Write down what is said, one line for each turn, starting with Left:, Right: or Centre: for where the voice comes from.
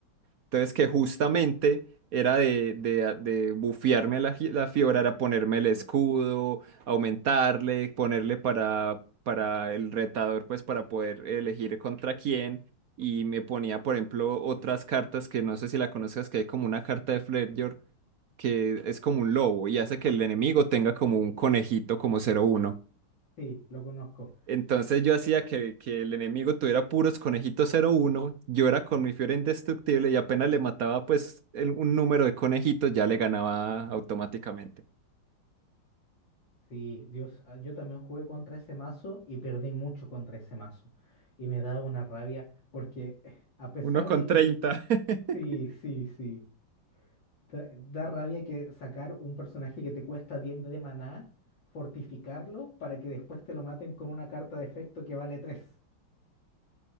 Right: Entonces que justamente era de, de, de bufearme a la, gi- la Fiora, era ponerme el escudo, aumentarle, ponerle para, para el retador, pues para poder elegir contra quién. Y me ponía, por ejemplo, otras cartas que no sé si la conozcas, que hay como una carta de Fledger que es como un lobo y hace que el enemigo tenga como un conejito como cero uno.
Left: Sí, lo conozco.
Right: Entonces yo hacía que, que el enemigo tuviera puros conejitos cero uno yo era con mi Fiora indestructible y apenas le mataba pues el- un número de conejitos ya le ganaba automáticamente.
Left: Sí, Dios, ah, yo también jugué contra ese mazo y perdí mucho contra ese mazo. Y me daba una rabia porque <laughs> a pesar
Right: Uno con
Left: de
Right: treinta
Left: que.
Right: <laughs>
Left: Sí, sí, sí. Da, da rabia que sacar un personaje que te cuesta bien de maná, fortificarlo para que después te lo maten con una carta de efecto que vale 3.